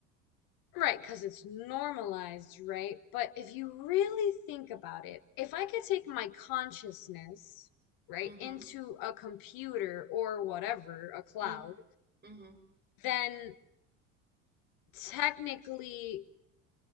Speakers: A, on the left (about 55°); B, on the right (about 25°).
A: Right, because it's normalized, right? But if you really think about it, if I could take my consciousness, right,
B: Mhm.
A: into a computer or whatever, a cloud,
B: Mm mhm.
A: then technically